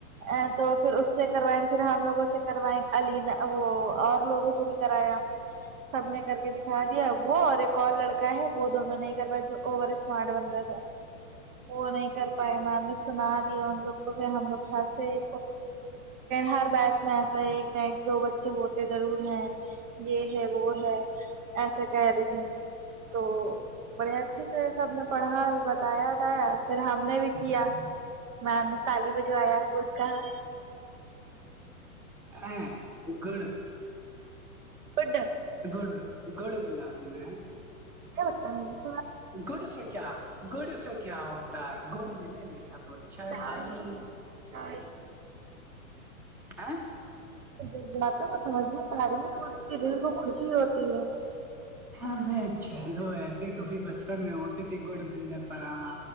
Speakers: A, on the right; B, in the centre.
A: ا تو پھر اس سے کروائیں پھر ہم لوگوں سے کروائیں عینا وہ اور لوگوں سے بھی کرایا سب نے کر کے دکھا دیا وہ اور ایک اور لڑک ہے وہ دونوں نہیں کر پا جو اوور اسمارٹ بن رہا وہ نہیں کر میم نے سنا دیا ان لوگ کو کہ ہم لوگسے ہر بیچ میں ایک نہ ایک دو بچے ہوتے ضرور ہیں یہ ہے وہ ہے ایسا کہہ رہی ت تو بڑے اچھے سے سب نے پڑھا بتایا تھا پھر ہم نے بھی کیا میم نے پالی بجہ آیا گود کہاں
B: ا گڑ
A: بڈ
B: گڑ گڑ ملا ت میں
A: کیا بتا ہ وہ
B: گڑ سے کیا گڑ سے کیا ہوتا ہے گڑ ملے میٹھا تو اچھا ہے
A: تال
B: کھا لو اورے
A: تال
B: <unintelligible>
A: د ج تو سمجھے تعریف ہوتی ہے دل کو خوشی ہوتی ہے
B: ہاں ب چلو ایسے کفی بچپن میں ہوتی تھی گڈ ول ہاں